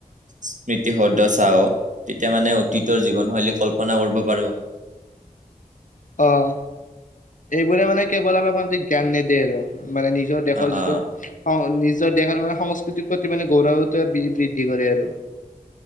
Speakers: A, on the right; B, on the left.
A: স্মৃতি সদ্ধ চাওঁক, তেতিয়া মানে অতীতৰ জীৱন শৈলী কল্পনা কৰিব পাৰো। <unintelligible>
B: অঁ এইবোৰে মানে কেৱল আমাক কো জ্ঞান নিদিয়ে আৰু। মানে নিজৰ দেশৰ
A: অ
B: যিটো।
A: অ
B: নিজৰ দেহৰ মানে সংস্কৃতিৰ প্ৰতি মানে গৌৰৱ বৃদ্ধি কৰে আৰু।